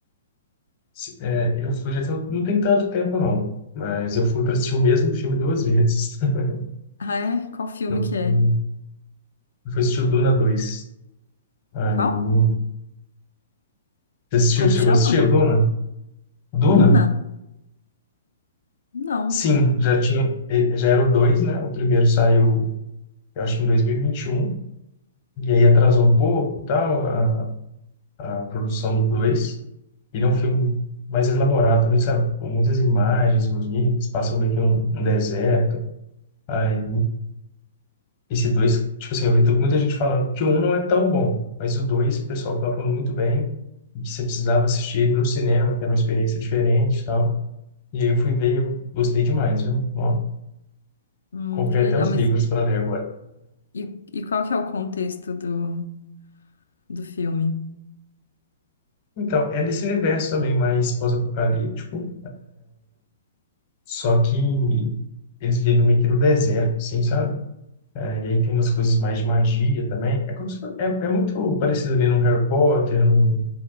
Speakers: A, on the left; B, on the left.
A: se- é, eu fui já tem- não tem tanto tempo não, mas eu fui para assistir o mesmo filme duas vezes. <laughs>
B: Ah, é? Qual filme
A: Eu
B: que é?
A: fui, eu fui assistir o Duna dois. Aí,
B: Qual?
A: você assistiu?
B: Como
A: Chegou
B: chama?
A: a assistir o Duna? Duna?
B: Luna? Não.
A: Sim, já tinha, eh, já era o 2, né? O primeiro saiu, eu acho que em 2021. E aí atrasou um pouco, tal, a, a produção do 2. Ele é um filme mais elaborado também, sabe? Com muitas imagens bonitas, passam meio que num um deserto. Aí, esse dois, tipo assim, eu vi tu- muita gente falando que o um não é tão bom, mas o dois, o pessoal tava falando muito bem, e que você precisava assistir ele no cinema, que era uma experiência diferente e tal. E aí eu fui ver e eu gostei demais, viu? Ó,
B: Hum,
A: comprei
B: que legal,
A: até os
B: mas
A: livros para ler agora.
B: e, e qual que é o contexto do, do filme?
A: Então, é nesse universo também mais pós-apocalíptico, Só que eles vivem meio que no deserto, assim, sabe? É, e aí tem umas coisas mais de magia também. É como se fosse, é, é muito parecido ali no Harry Potter, no